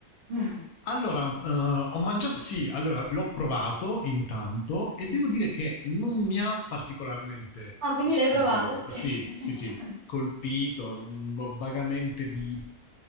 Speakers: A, on the right; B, on the left.
A: <laughs>
B: Allora, eh, ho mangiato, sì, allora l'ho provato intanto e devo dire che non mi ha particolarmente
A: Ah, quindi
B: stupito.
A: l'hai provato? Ok.
B: Sì,
A: <laughs>
B: sì, sì, colpito, un po' vagamente di